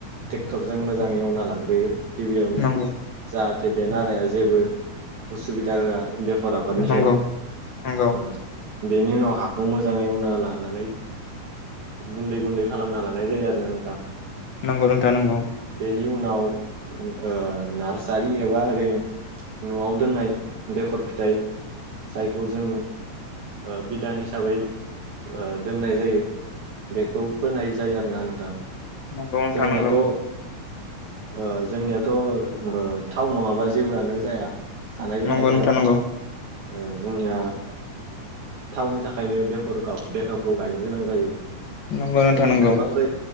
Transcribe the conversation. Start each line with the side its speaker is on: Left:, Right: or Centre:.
Right: ट्रेक्टरजों मोजां एवना लाग्रोयो गिबियावनो
Left: नंगौ
Right: जा हाथे बे नाराया जेबो असुबिदा होआ बेखर आबादनि
Left: नंगौ
Right: सायाव ओ
Left: नंगौ
Right: बेनि उनाव हाखौ मोजां एवना लानानै गुन्दै गुन्दै खालामना लानाय जायो आरो ना नों
Left: नंगौ नोंथां नंगौ।
Right: नि उनाव ओ नार्सारि एबा ओरैनो न'आव दोननाय बेखर फिथाइ जायखौ जों ओ बिधान हिसाबै ओ दोननाय जायो। बेखौ फोनाय जायो आरोना नोंथां।
Left: नंगौ नोंथां
Right: जोंनियाथ'
Left: नंगौ।
Right: ओ जोंनियाथ' ओ थाव नङाबा जेबोआनो जाया। जानाय लोंनायफोरा
Left: नंगौ नोंथां नंगौ
Right: ओ जोंनिया थावनि थाखायनो बेखर बेखरखौ गायनो गोनां जायो।
Left: नंगौ नोंथां
Right: जोंनि
Left: नंगौ
Right: गोबां जाय